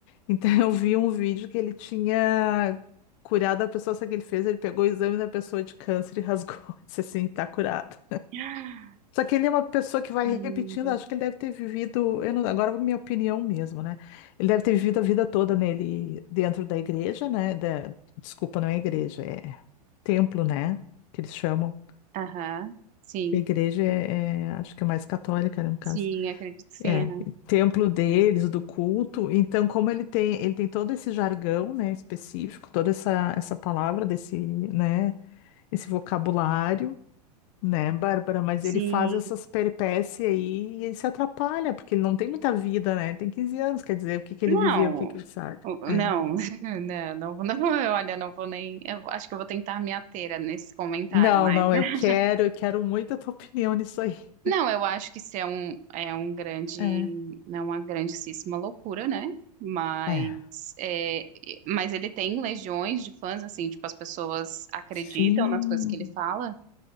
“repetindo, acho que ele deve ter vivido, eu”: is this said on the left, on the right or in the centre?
Left